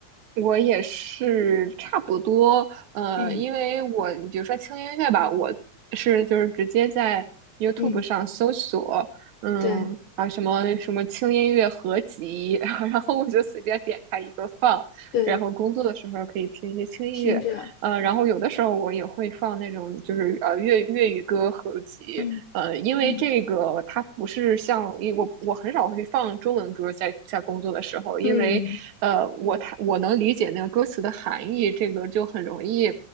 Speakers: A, on the right; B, on the left.
A: 我也是差不多，呃，
B: 嗯
A: 因为我比如说轻音乐吧，我是就是直接在 YouTube
B: 嗯，
A: 上搜索，嗯啊什么什么轻音乐合集，
B: 对
A: <laughs> 然后我就随便点开一个放，
B: 对，
A: 然后工作的时候可以听一些轻音乐，
B: 听着，
A: 呃，然后有的时候我也会放那种就是呃粤粤语歌合集，
B: 嗯
A: 呃，因为这个它不是像因为我我很少会放中文歌在在工作的时候，
B: 嗯
A: 因为呃我它我能理解那个歌词的含义，
B: 嗯。
A: 这个就很容易